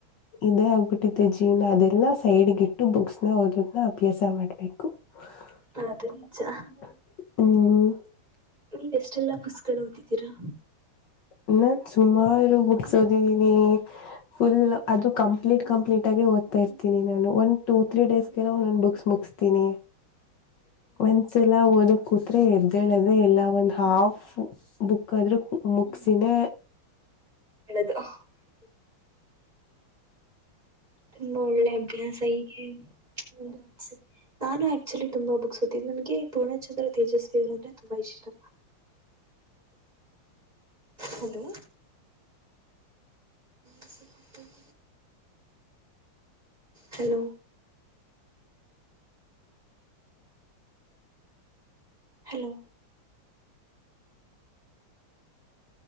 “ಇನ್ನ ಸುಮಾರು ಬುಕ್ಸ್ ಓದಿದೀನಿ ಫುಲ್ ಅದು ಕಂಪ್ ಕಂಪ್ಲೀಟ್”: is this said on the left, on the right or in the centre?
Left